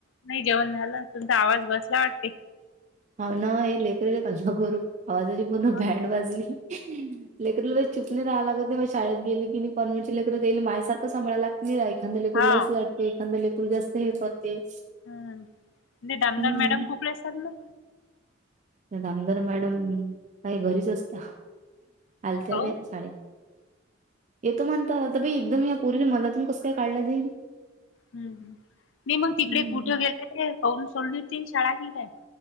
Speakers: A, on the left; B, on the right.
A: नाही जेवण झालं, तुमचा आवाज बसला वाटते.
B: हा ना हे लेकरले कसं करू, आवाजाची पूर्ण
A: हा
B: बँड वाजली. लेकराला बाई चूप नाही राहाय लागत आहे. व शळेत गेली की कॉन्हेंटची लेकरं जाईला माझ्यासारखं सांभाळायला लाग नाही एखांदा लेकूर
A: हा
B: लयच लढते एखांदा लेकूर जास्त हे करते.
A: हम्म नाही दामदार
B: हम्म
A: मॅडम कुठले <unintelligible> मग?
B: त्या धामदर मॅडम काही घरीच असता. आलत्या
A: काऊ
B: त्या शाळेत. येतो म्हणतात आता बई एकदम या पोरीला मनाातून कसं काय काढला जाईल?
A: हम्म हम्म नाही मग तिकडे
B: हम्म.
A: कुठे गेलते ते <unintelligible> सोडली ते शाळा की काय?